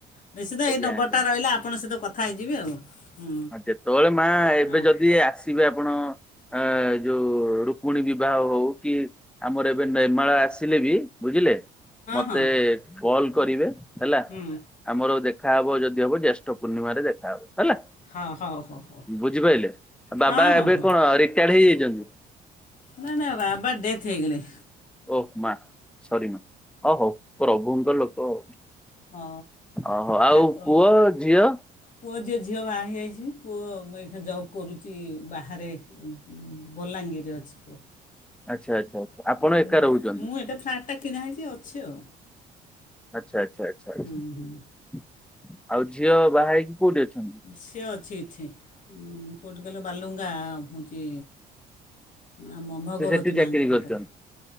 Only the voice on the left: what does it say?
ନିଶ୍ଚିତ
ଏଇ ନମ୍ବରଟା
ରହିଲା ଆପଣଙ୍କ ସହିତ କଥା ହେଇଯିବେ ଆଉ। ହୁଁ
ହଁ
ହଁ ହଁ
ହୁଁ
ହଁ ହଉ ହଉ ହଉ
ହଁ ହଁ
ହଁ
ନା ନା ବାବା ଡେଥଇଗଲେ।
ହ
ଠାକୁର
ପୁଅ ଯେ ଝିଅବା ହେଇଛି। ପୁଅ ମୁଁ ଜବ୍ କରୁଛି ବାହାରେ ବଲାଙ୍ଗୀରରେ ଅଛି ପୁଅ।
ଉଁ,
ମୁଁ <unintelligible> ଅଛି ଆଉ।
ହୁଁ ହୁଁ
ସେ ଅଛି ଏଠି। କୋଉଠି କହିଲ ବାଲୁଙ୍ଗା ହଉଚି ଆମ ଭଗବତୀ
ମାଙ୍କ ପାଖରେ।